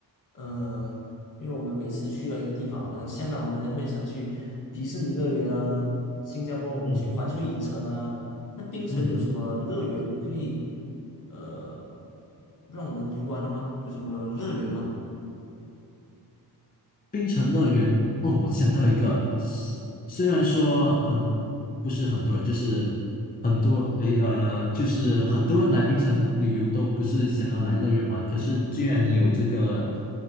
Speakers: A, on the left; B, on the left.
A: 呃，因为我们每次去到一个地方啊，好像香港我们会想去迪士尼乐园啊，新加坡我们去环球影城啊，
B: 嗯
A: 那槟城有什么乐园可以，
B: 嗯。
A: 呃，让我们游玩的吗？有什么乐园吗？
B: 冰城乐园哦，我想到一个，虽然说很不是很多人，就是很多诶呃，就是很多人来冰城旅游都不是想要来乐园玩，可是既然你有这个